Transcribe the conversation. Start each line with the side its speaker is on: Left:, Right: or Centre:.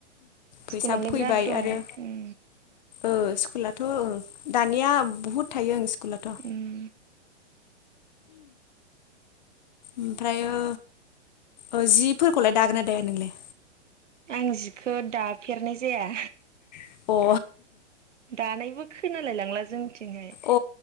Left: फैसाबो
Right: स्कुलालाय
Left: फैबाय
Right: बिराद दं
Left: आरो
Right: उम
Left: ओ स्कुलाथ' ओ दानिया बुहुद थायो ओं स्कु लाथ'
Right: उम
Left: ओमफ्रायो ओ जिफोरखौलाय दागोन ना दाया नोंलाय?
Right: आं जिखौ दाफेरनाय जाया
Left: अ ओ
Right: दानायबो खोनालाय लांला जोंथिंहाय
Left: अ